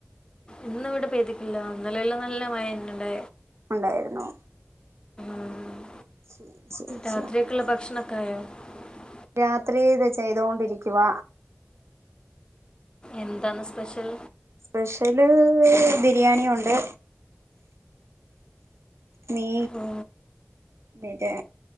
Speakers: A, on the left (about 20°); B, on the right (about 85°).
A: എന്ന ഇവിടെ പേദ ഇല്ല അന്നലെല്ലാം നല്ല മയന്നണ്ട
B: ഉണ്ടായിരുന്നു
A: ഉം.
B: ശരി ശരി
A: രാത്രിയൊക്കെയുള്ള
B: ശില <unintelligible>
A: <unintelligible>
B: രാത്രി ഇത് ചെയ്തൊണ്ടിരിക്കുക
A: എന്താണ് സ്പെഷ്യൽ
B: സ്പെഷ്യല് ബിരിയാണി ഉണ്ട് മീ
A: ഓ
B: മറ്റേ